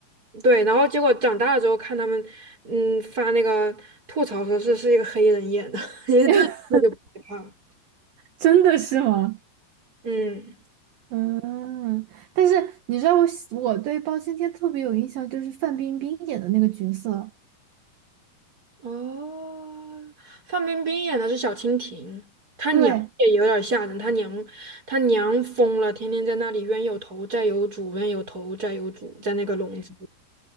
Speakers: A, on the right (about 20°); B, on the right (about 65°).
A: 对，然后结果长大了之后看他们，嗯，发那个吐槽说是是一个黑人演的。
B: <laughs>
A: 那就不害怕了。
B: 真的是吗？
A: 嗯，
B: 嗯，但是你知道我喜我对包青天特别有印象，就是范冰冰演的那个角色。
A: 哦，范冰冰演的是小蜻蜓，她娘也有点吓人，
B: 对，
A: 她娘她娘疯了，天天在那里冤有头债有主，冤有头债有主，在那个笼子里